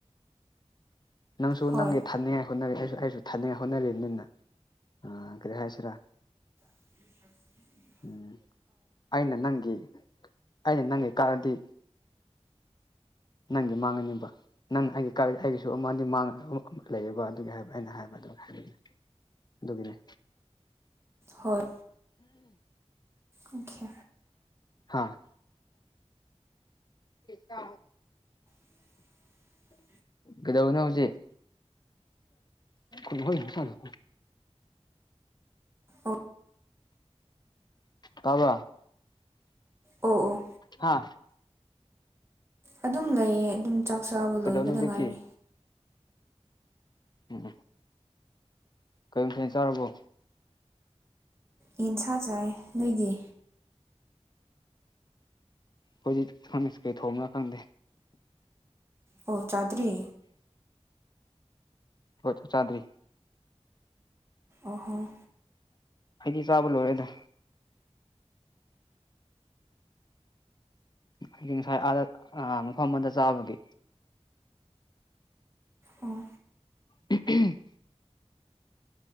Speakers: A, on the left; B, on the right.
A: ꯅꯪꯁꯨ
B: ꯍꯣꯏ
A: ꯅꯪꯒꯤ ꯊꯟꯅꯤꯉꯥꯏ ꯍꯣꯠꯅꯔꯤ ꯑꯩꯁꯨ ꯑꯩꯁꯨ ꯊꯟꯉꯥꯏ ꯍꯣꯠꯅꯔꯤꯅꯤꯅ ꯑꯥ ꯀꯔꯤ ꯍꯥꯏꯁꯤꯔꯥ
B: ꯇꯥꯕ ꯉꯝꯗꯕ
A: ꯎꯝ ꯑꯩꯅ ꯅꯪꯒꯤ ꯑꯩꯅ ꯅꯪꯒꯤ ꯀꯛꯑꯗꯤ ꯅꯪꯒꯤ ꯃꯥꯡꯉꯅꯤꯡꯕ ꯅꯪꯅ ꯑꯩꯒꯤ ꯀ ꯑꯩꯒꯤ ꯑꯗꯨ ꯑꯃꯗꯤ ꯃꯥꯡꯉ ꯂꯩꯌꯦꯕ ꯑꯗꯨꯒꯤ ꯍꯥꯏꯕ ꯑꯩꯅ ꯍꯥꯏꯕ ꯑꯗꯨꯝ ꯍꯥꯏꯕꯤꯦ ꯑꯗꯨꯗꯒꯤꯅꯦ
B: ꯍꯣꯏ ꯑꯣꯀꯦ
A: ꯍꯥꯥ ꯍꯇ
B: <unintelligible>
A: ꯀꯩꯗꯧꯅꯣ ꯍꯧꯖꯤꯛ ꯍꯅ ꯁꯥꯔ
B: ꯑꯣ
A: ꯇꯥꯕ
B: ꯑꯣ ꯑꯣ
A: ꯍꯥꯥ
B: ꯑꯗꯨꯝ ꯂꯩꯌꯦ ꯑꯗꯨꯝ ꯆꯥꯛ ꯆꯥꯕ
A: ꯀꯩꯗꯧꯅꯣ
B: ꯂꯣꯏꯕꯗ
A: ꯍꯧꯖꯤꯛꯇꯤ
B: ꯉꯥꯏꯔꯤ
A: ꯎꯝ ꯀꯩ ꯃꯊꯦꯜ ꯆꯥꯔꯕꯣ
B: ꯌꯦꯟꯁꯥ ꯆꯥꯏ ꯅꯣꯏꯗꯤ
A: ꯍꯧꯏꯖꯤ ꯀꯩ ꯊꯣꯡꯝ꯭ꯔ ꯈꯪꯗꯦ
B: ꯑꯣ ꯆꯥꯗ꯭ꯔꯤ
A: ꯍꯣꯏ ꯆꯥꯟꯗꯔꯤ
B: ꯑꯣꯍꯣꯡ
A: ꯑꯩꯗꯤ ꯆꯥꯕ ꯂꯣꯏꯔꯦꯗ ꯍꯥꯏꯗꯤ ꯉꯁꯥꯏ ꯑꯥꯗ ꯃꯐꯝ ꯑꯃꯗ ꯆꯥꯕꯒꯤ
B: ꯑꯣ
A: ꯎꯝ